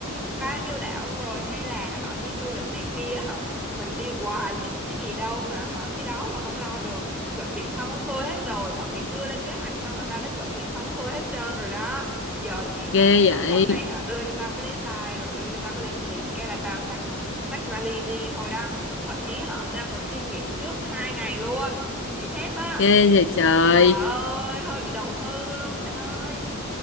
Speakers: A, in the centre; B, on the left (about 60°).
A: bao nhiêu đảo rồi hay là họ đi du lịch này kia á, họ mình đi hoài chứ có cái gì đâu mà họ cái đó mà không lo được. Chuẩn bị xong xuôi hết rồi, bọn mày chưa lên kế hoạch xong là tao đã chuẩn bị xong xuôi hết trơn rồi đó. Giờ chỉ
B: Ghê
A: cần
B: vậy,
A: họ bọn mày họ đưa cho tao cái deadline rồi đưa cho tao cái lịch trình cái là tao xách xách vali đi thôi đó. Thậm chí họ tao còn xin nghỉ trước hai ngày luôn, nghỉ phép á.
B: ghê vậy trời.
A: Trời ơi, hơi bị đầu tư luôn bạn ơi.